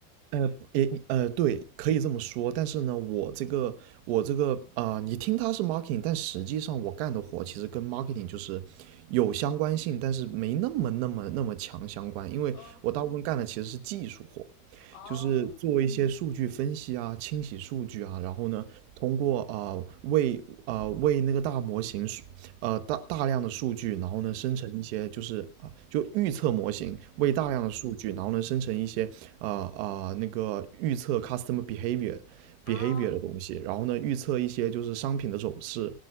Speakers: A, on the right (about 40°); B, on the left (about 60°).
A: 呃，也呃，对，可以这么说。但是呢，我这个我这个啊、呃你听它是 marketing，但实际上我干的活其实跟 marketing 就是有相关性，但是没那么那么那么强相关。因为我大部分干的其实是技术活，
B: 嗯，哦，
A: 就是做一些数据分析啊、清洗数据啊，然后呢，通过啊、呃为啊、呃为那个大模型数呃大大量的数据，然后呢生成一些就是啊、
B: 嗯
A: 就预测模型，为大量的数据，
B: 嗯
A: 然后呢生成一些啊啊、那个预测 customer behavior
B: 啊，
A: behavior 的东西，然后呢预测一些就是商品的走势，